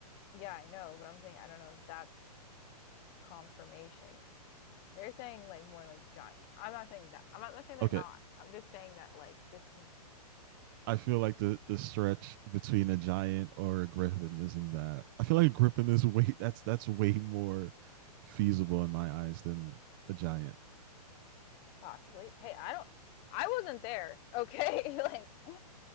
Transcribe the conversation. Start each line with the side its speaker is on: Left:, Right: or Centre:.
Left: Yeah, I know, but I'm saying I don't know. if That's confirmation They're saying like more like Giants. I'm not saying that. I'm not, saying they're
Right: Okay,
Left: not. I'm just saying that like this can
Right: I feel like the the stretch between a giant or a griffin isn't that. I feel like a griffin is way that's that's way more feasible in my eyes than a giant.
Left: possibly. Hey, I don't. I wasn't there. Okay, <laughs> like